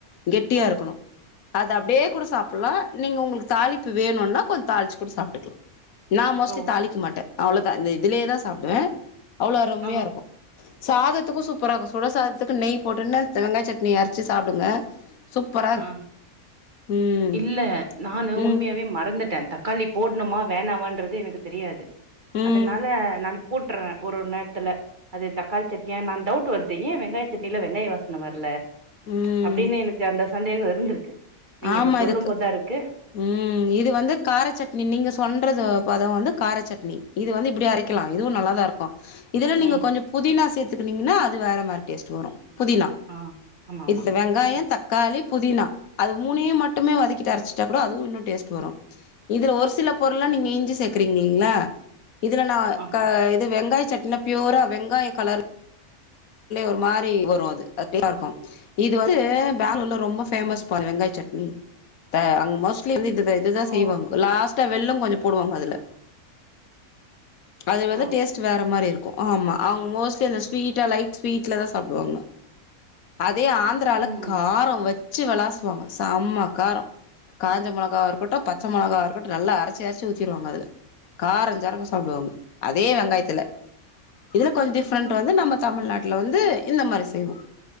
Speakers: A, on the left; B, on the right.
A: கெட்டியாருக்கணு
B: ம்
A: அத அப்டே கூட சாப்புல்லா நீங்க உங்ளுக்கு தாளிப்பு வேணுனா கொஞ் தாளிச்சு கூட சாப்ட்டுக்லா நா மோஸ்ட்லி
B: ஓ
A: தாளிக்க மாட்டே அவ்ள தா இந்த இதுலே தா சாப்டுவே அவ்ளோ அருமையாருக்கு
B: ஓ
A: சாதத்துக்கு சூப்பராருக்கு சுடசாதத்துக்கு நெய் போட்டுன்னு வெங்காய் சட்னி அரைச்சு சாப்டுங்க சூப்பரா இருக்கு
B: அ
A: ம்
B: இல்ல நானு
A: ம்
B: உண்மையாவே மறந்துட்டே தக்காளி போட்ணுமா வேணாவன்றது எனக்கு தெரியாது
A: ம்
B: அதனால நானு போட்டுர்றே ஒரு ஒரு நேரத்துல அது தக்காளி சட்னியா இன்னா டவுட் வருது ஏன் வெங்காய சட்னில வெங்காய வாசன வரல
A: ம்
B: அப்டின்னு எனக்கு அந்த சந்தேகோ இருந்துருக் நீங்க
A: ஆமா
B: இப்ப சொல்லும்
A: இதுக்கு
B: போதாருக்கு
A: ம் இது வந்து கார சட்னி நீங்க சொல்றது பதம் வந்து கார சட்னி இது வந்து இப்டி அரைக்கலா இதுவு நல்லாதா இருக்கு இதுல நீங்க
B: ம்
A: கொஞ்சோ புதினா சேத் துக்குனீங்கன்னா அது வேற மாரி டேஸ்ட் வரும் புதினா
B: ஆ ஆமா ஆமா
A: இதுல வெங்காய
B: சேத்து
A: தக்காளி புதினா அது மூனையும் மட்டுமே வதக்கிட்டு அரைச்சுட்டாக்கூட அதுவும் இன்னு டேஸ்ட் வரு இதுல ஒரு சில பொருள்லா நீங்க இஞ்சி சேக் கறீீங்கள்ல இதுல நான்
B: ஆ
A: க இது வெங்காய சட்னில பியூரா வெங்காய கலரு ஒரு மாரி வரும் அது அது <inaudible> இருக்கு இது வந்து பெங்ளூர்ல ரொம்ப பேமஸ்
B: ம்
A: பா வெங்காய சட்னி ப அங்க மோஸ்ட்லி இதுதா இதுதா
B: ஓ
A: செய்வாங்கோ லாஸ் டா வெல்லோ கொஞ்சோ போடுவாங்க அதுல அது
B: ஓ
A: வந்து டேஸ்ட் வேற மாரி இருக் கும் ஆமா அவுங்க மோஸ்ட்லி இந்த ஸ்வீட்டா லைட் ஸ்வீட்ல தான் சாப்டுவாங்கோ அ அதே ஆந்திரால
B: ம்
A: கார வச்சு விளாசுவாங்க செம்ம கார காஞ்ச மெளகா இருக்கட்டு பச்ச மெளகாவா இருக்கட்டு நல்லா அரைச்சி அரைச்சு ஊத்திருவாங்க அதுல காரஞ்சரமா சாப்டுவாங்க அதே வெங்காயத்துல இதுல கொஞ்ச டிஃப்ரெண்ட்
B: ம்
A: வந்து நம்ம தமிழ்நாட் டுல வந்து இந்த மாரி செய்வோம